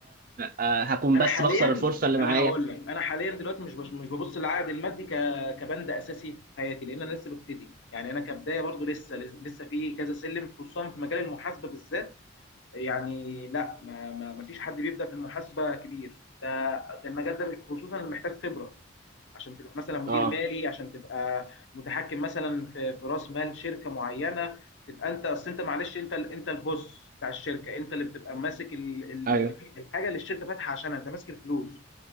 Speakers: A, on the right; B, on the left.
A: آه، هكون
B: انا
A: بس
B: حاليا
A: بخسر الفرصه اللي
B: انا
A: معايا
B: هقول لك انا حاليا دلوقتي مش بش... مش ببص للعائد المادي ك... كبند اساسي في حياتي لان انا لسه ببتدي يعني انا كبدايه برضو لسه لسه في كذا سلم خصوصا في مجال المحاسبه بالذات يعني لا ما ما ما فيش حد بيبدا في المحاسبه كبير ده ده المجال ده خصوصا اللي محتاج خبره عشان تبقى مثلا مدير
A: اه
B: مالي عشان تبقى متحكم مثلا في في راس مال شركه معينه تبقى انت اصل انت معلش انت ال- انت البوس بتاع الشركه انت اللي بتبقى ماسك ال ال
A: ايوه
B: ال- الحاجه اللي الشركه فاتحه عشانها انت ماسك الفلوس